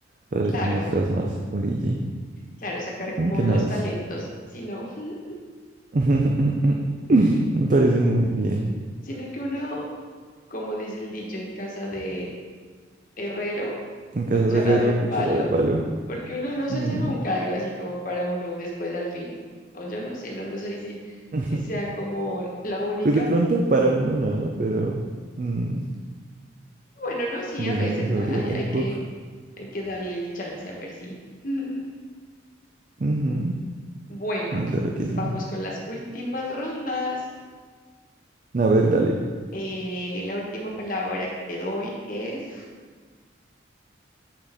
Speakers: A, on the right (about 45°); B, on the left (about 45°).
A: para
B: Claro,
A: hacer un disfraz más origi.
B: claro, sacar como
A: Mm, qué
B: los
A: nice.
B: talentos, sino, <laughs>
A: <laughs> Me parece muy bien.
B: sino que uno, como dice el dicho en casa de herrero,
A: En
B: cuchara
A: casa de herrero,
B: de palo,
A: cuchara de palo.
B: porque uno no se
A: Mm,
B: hace nunca algo así como para uno después al fin, o yo no sé, no, no sé si,
A: <laughs>
B: si sea como la única,
A: Pues de pronto para uno no, ¿no? Pero mm,
B: bueno, no, sí,
A: bueno,
B: a veces,
A: ahí no sabría
B: ¿no? Hay,
A: tampoco.
B: hay que, hay que darle el chance a ver si. <laughs>
A: Ujú,
B: Bueno,
A: mm, Claro que
B: vamos
A: sí.
B: con las últimas rondas.
A: A ver, dale.
B: Eh, la última palabra que te doy es